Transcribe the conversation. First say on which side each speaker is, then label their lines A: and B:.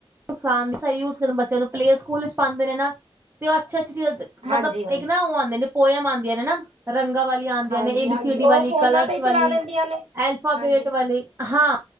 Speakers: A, on the right; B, on the right.
A: ਨੁਕਸਾਨ, ਸਹੀ ਯੂਜ਼ ਕਰਨ ਬੱਚਿਆਂ ਨੂੰ ਪਲੇ ਸਕੂਲ ਵਿੱਚ ਪਾਂਦੇ ਨੇ ਨਾ ਤੇ ਉਹ ਅੱਛੀ-ਅੱਛੀ ਚੀਜ਼ਾਂ ਮਤਲਬ
B: ਹਾਂਜੀ ਹਾਂਜੀ
A: ਇੱਕ ਨਾ ਉਹ ਆਂਦੇ ਨੇ ਪੋਇਆਂਮ ਆਂਦੀਆਂ ਨੇ ਨਾ ਰੰਗਾ ਵਾਲੀਆਂ। ਆਦੀਆਂ
B: ਹਾਂਜੀ
A: ਨੇ ਏ
B: ਹਾਂਜੀ
A: ਬੀ ਸੀ ਡੀ ਵਾਲੀ,
B: ਉਹ ਫੋਨਾਂ
A: ਕਲਰਸ
B: ਤੇ ਹੀ
A: ਵਾਲੀ,
B: ਚਲਾ ਦਿੰਦੀਆਂ ਨੇ
A: ਅਲਫਾਬੇਟ
B: ਹਾਂਜੀ
A: ਵਾਲੀ ਹਾਂ।